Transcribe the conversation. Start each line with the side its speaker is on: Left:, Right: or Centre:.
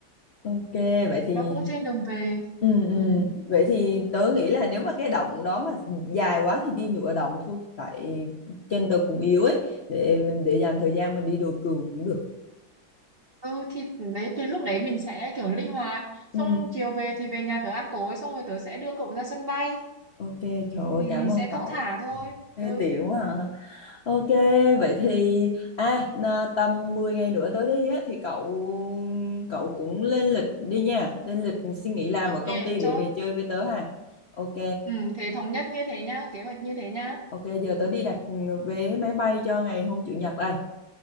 Left: Ok, vậy thì
Right: Nó cũng trên đường về.
Left: ừ, ừ.
Right: Ừ.
Left: Vậy thì tớ nghĩ là nếu mà cái động đó mà dài quá thì đi nửa động thôi tại chân tớ cũng yếu ấy để mình để dành thời gian mình đi đồi cừu cũng được.
Right: Ừ thì đấy thì lúc đấy mình sẽ kiểu linh hoạt
Left: Ừ.
Right: xong chiều về thì về nhà tớ ăn tối xong rồi tớ sẽ đưa cậu ra sân bay
Left: Ok, trời ơi,
Right: thì
Left: cảm
Right: mình
Left: ơn
Right: sẽ
Left: cậu.
Right: thong thả thôi
Left: Ê,
Right: ừ
Left: tiện quá à. Ok, vậy thì à na- tầm 10 ngày nữa tới đây á thì cậu cậu cũng lên lịch đi nha, lên lịch xin nghỉ làm
Right: ok
Left: ở công ty
Right: chốt
Left: để về chơi với tớ ha. Ok,
Right: Ừ, thế thống nhất như thế nhá, kế hoạch như thế nhá.
Left: ok giờ tớ đi đặt vé máy bay cho ngày hôm chủ nhật đây,